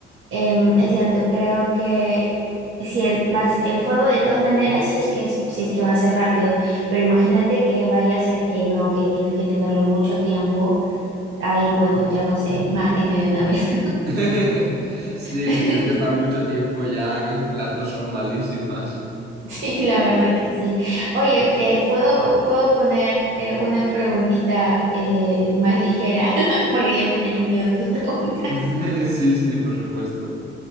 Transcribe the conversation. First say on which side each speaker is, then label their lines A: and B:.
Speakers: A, on the right; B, on the right.
A: em, es cierto, creo que si el, vas, el fuego de todas maneras, si es que es- si es que va a ser rápido, pero imagínate que vaya a ser que no, que tienes que tenerlo mucho tiempo, ahí bueno, ya no sé, mátenme de una vez.
B: <laughs> Sí,
A: <laughs>
B: si tienes que estar mucho tiempo ya, <laughs> las dos son malísimas.
A: Sí, la verdad que sí. Oye, eh, ¿puedo, puedo poner eh, una preguntita eh, más ligera? <laughs> Porque ya me dieron miedo tus <laughs> preguntas.
B: <laughs> Sí, sí, por supuesto.